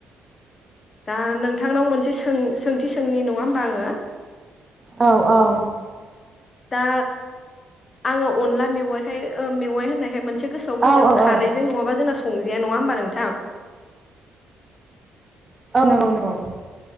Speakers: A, on the left; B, on the right.
A: दा नोंथांनाव मोनसे सों-सोंथि सोंनि नङा होमबा आङो।
B: औ औ
A: दा आङो अनला मेवाइखाय ओ मेवाइ होननायखाय मो से गोसोआव फैदों
B: औ औ
A: खारैजों
B: औ
A: नङाबा जोंना स संजाया नङा होमबा नोंथां
B: नंगौ नंगौ